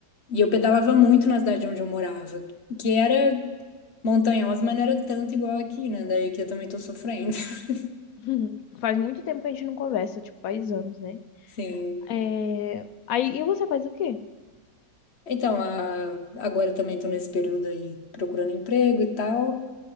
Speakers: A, on the left; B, on the left.
A: e eu pedalava muito na cidade onde eu morava, que era montanhosa, mas não era tanto igual aqui, né? Daí aqui eu também tô sofrendo. <laughs>
B: <laughs> Faz muito tempo que a gente não conversa, tipo, faz anos, né?
A: Sim.
B: É, Aí, e você faz o quê?
A: Então, a... agora eu também tô nesse período aí procurando emprego e tal.